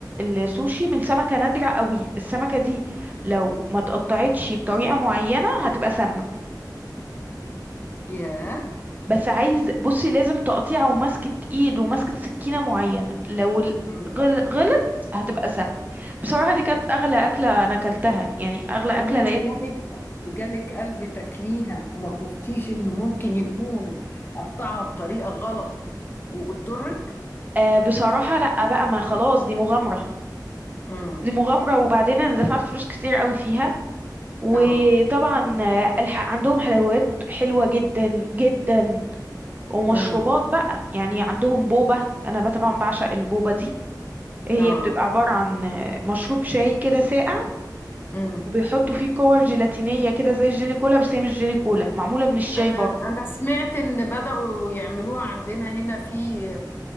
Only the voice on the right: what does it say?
السوشي من سمكة نادرة قوي السمكة دي لو ما تقطعتش بطريقة معينة هتبقى سامة
بس عايز بصي لازم تقطيع ومسكة ايد ومسكة سكينة معينة لو ال-
غل- غلط هتبقى سامة بصراحة دي كانت أغلى أكلة أنا أكلتها يعني أغلى
أكلة لأن
آه، بصراحة لأ بقى ما خلاص دي مغامرة
دي مغامرة وبعدين أنا دفعت فلوس كتير قوي فيها وطبعا
آه، الح... عندهم حلويات حلوة جدا جدا ومشروبات
بقى يعني عندهم بوبة أنا بقى طبعا بعشق البوبة دي هي
بتبقى عبارة عن آه، مشروب شاي كده ساقع
وبيحطوا فيه كور جيلاتينية كده زي الجيلي كولا بس هي مش جيلي كولا معمولة من الشاي
برضه